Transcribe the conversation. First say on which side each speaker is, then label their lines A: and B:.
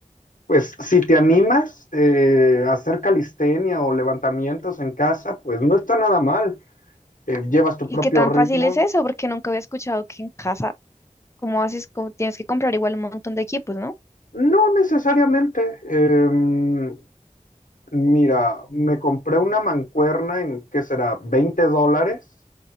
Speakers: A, on the left; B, on the left.
A: Pues si te animas eh, a hacer calistenia o levantamientos en casa, pues no está nada mal. Eh, llevas tu
B: ¿Y
A: propio
B: qué tan
A: ritmo.
B: fácil es eso? Porque nunca había escuchado que en casa, como haces? Como tienes que comprar igual un montón de equipos, ¿no?
A: No necesariamente. Em, mira, me compré una mancuerna en, ¿qué será? veinte dólares.